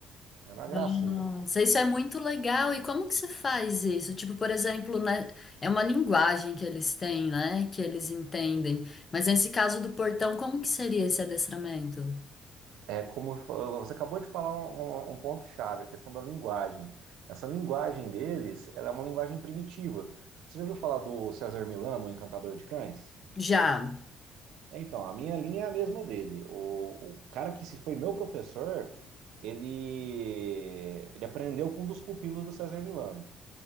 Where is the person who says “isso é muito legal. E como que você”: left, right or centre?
Left